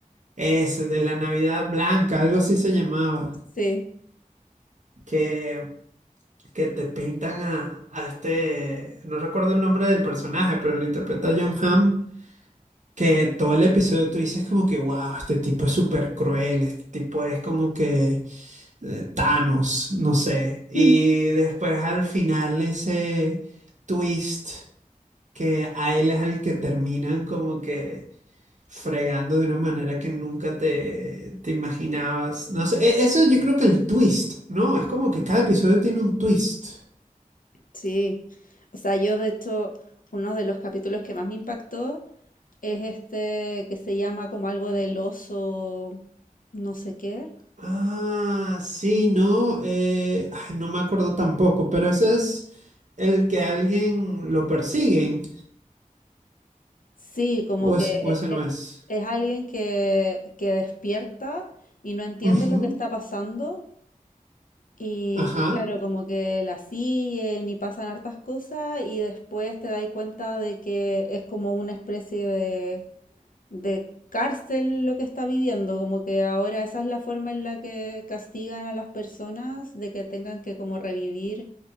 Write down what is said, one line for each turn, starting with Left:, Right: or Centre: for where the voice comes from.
Right: ese de la Navidad Blanca, algo así se llamaba.
Left: Sí.
Right: Que, que te pintan a, a este, no recuerdo el nombre del personaje, pero lo interpreta John Hamm. Que todo el episodio tú dices como que, wow, este tipo es súper cruel, este tipo es como que eh, Thanos, no sé. Y
Left: Mm.
Right: después al final ese twist. que a él es al que terminan como que fregando de una manera que nunca te, te imaginabas. No sé, e- eso yo creo que el twist, ¿no? Es como que cada episodio tiene un twist.
Left: Sí. O sea, yo de hecho, uno de los capítulos que más me impactó es este que se llama como algo del oso, no sé qué.
Right: Ah, sí, no, eh, ay, no me acuerdo tampoco, pero ese es el que alguien lo persiguen,
Left: Sí, como
Right: o,
Left: que
Right: es, o ese
Left: e-
Right: no
Left: e-
Right: es.
Left: es alguien que, que despierta y no entiende
Right: Ujú,
Left: lo que está pasando y,
Right: ajá,
Left: y claro, como que la siguen y pasan hartas cosas y después te das cuenta de que es como una especie de, de cárcel lo que está viviendo, como que ahora esa es la forma en la que castigan a las personas de que tengan que como revivir